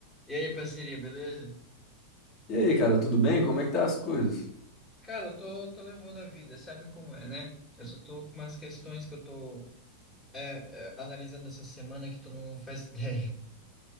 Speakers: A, in the centre; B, on the left.
A: E aí, parceria, beleza?
B: E aí, cara, tudo bem? Como é que tá as coisas?
A: Cara, eu tô, tô levando a vida, sabe como é, né? Eu só tô com umas questões que eu tô é, é, analisando essa semana que tu não faz <laughs> ideia.